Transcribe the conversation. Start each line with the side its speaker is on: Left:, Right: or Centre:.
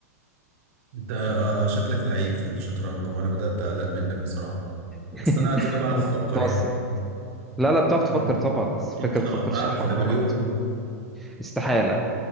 Right: انت آه، شكلك لعيب في الشطرنج وانا بدأت اقلق منك بصراحة
Centre: <laughs>
Right: بس انا على فكرة بعرف افكر
Centre: متوسط
Right: يعني
Centre: لا لا بتعرف تفكر
Right: مم.
Centre: طبعا بس الفكره
Right: يمكن
Centre: بتفكر
Right: اوقعك
Centre: صح
Right: في
Centre: ولا
Right: نابليون
Centre: غلط استحاله